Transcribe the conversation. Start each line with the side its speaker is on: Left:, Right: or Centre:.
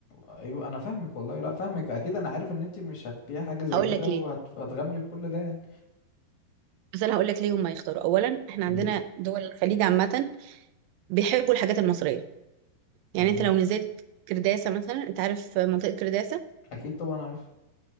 Left: ايوه انا فاهمك والله لا فاهمك اكيد انا عارف ان انت مش هتبيع حاجه زي
Right: هقول
Left: كده
Right: لك ليه
Left: وهتغامري بكل ده يعني
Right: بس انا هقول لك ليه هم يختاروا اولا احنا
Left: قولي
Right: عندنا
Left: لي
Right: دول الخليج عامه بيحبوا الحاجات المصريه
Left: تمام
Right: يعني انت لو نزلت كرداسة مثلا انت عارف منطقة كرداسة
Left: اكيد طبعا عارف